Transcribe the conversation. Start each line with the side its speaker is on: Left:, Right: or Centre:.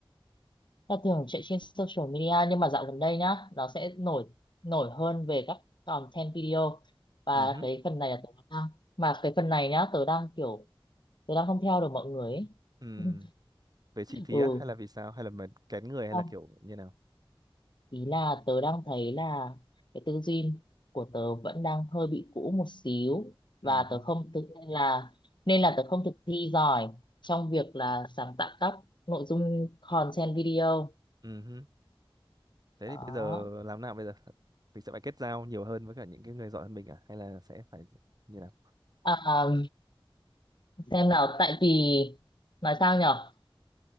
Left: ta thường chạy trên social media nhưng mà dạo gần đây nhá nó sẽ nổi nổi hơn về các content video và
Right: Ừ. hứ,
Left: cái phần này là tớ đang mà cái phần này nhá tớ đang kiểu tớ đang không theo được mọi người ấy.
Right: Ừ.
Left: <laughs>
Right: Về chi phí
Left: ừ
Right: á hay là vì sao hay là mình kén người hay
Left: không
Right: là kiểu như nào?
Left: ý là tớ đang thấy là cái tư duy của tớ vẫn đang hơi bị cũ một xíu
Right: Ừ.
Left: và
Right: hứ,
Left: tớ không tự nên là nên là tớ không thực thi giỏi trong việc là sáng tạo các nội dung content video
Right: Ừ. hứ. Thế
Left: đó
Right: thì bây giờ làm nào bây giờ? Mình sẽ phải kết giao nhiều hơn với cả những cái người giỏi hơn mình à hay là sẽ phải như nào?
Left: à, xem nào tại vì nói sao nhở